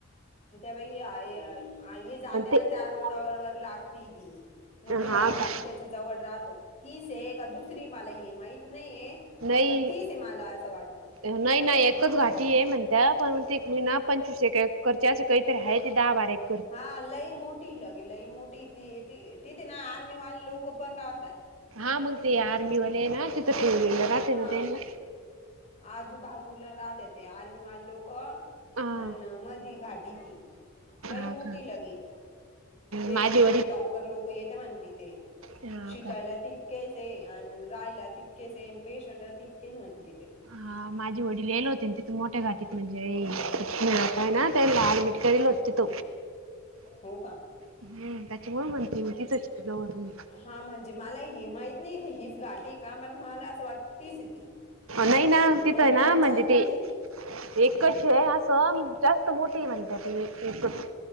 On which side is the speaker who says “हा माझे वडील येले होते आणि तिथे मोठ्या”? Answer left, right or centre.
Right